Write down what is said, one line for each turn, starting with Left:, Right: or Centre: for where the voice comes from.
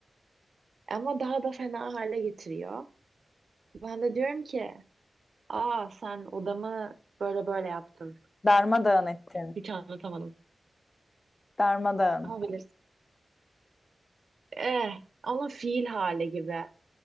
Right: Ama daha da fena hale getiriyor. Ben de diyorum ki, aa sen odamı böyle böyle yaptın.
Left: Darmadağın ettin.
Right: Hiç anlatamadım.
Left: Darmadağın.
Right: Ama bilirsin. Eh, onun fiil hali gibi.